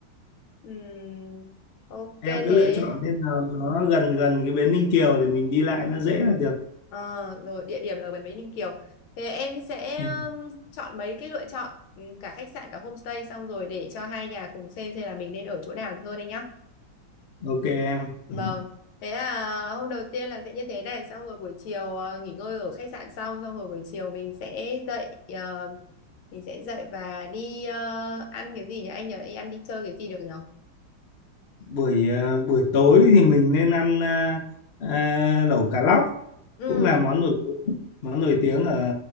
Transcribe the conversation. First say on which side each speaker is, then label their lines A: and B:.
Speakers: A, on the left; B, on the left.
A: Ừm, ok
B: em cứ
A: thế.
B: lựa chọn thế nào nó gần gần cái bến Ninh Kiều để mình đi lại nó dễ là được
A: Ờ, rồi địa điểm là ở Bản Vĩnh Ninh Kiều. Thế em sẽ
B: Ừ.
A: ừm, chọn mấy cái lựa chọn ừm, cả khách sạn cả homestay xong rồi để cho hai nhà cùng xem xem là mình nên ở chỗ nào thì hơn anh nhá.
B: ok em
A: Vâng,
B: Ừ.
A: thế là hôm đầu tiên là sẽ như thế này, xong rồi buổi chiều ờ, nghỉ ngơi ở khách sạn xong, xong rồi buổi chiều mình sẽ dậy, ờ, mình sẽ dậy và đi ờ, ăn cái gì nhỉ? Anh nhờ đi ăn đi chơi cái gì được nhỉ?
B: buổi ờ, buổi tối thì mình nên ăn à, à, lẩu cá lóc
A: Ừ,
B: cũng là món nổi tiếng món nổi tiếng ở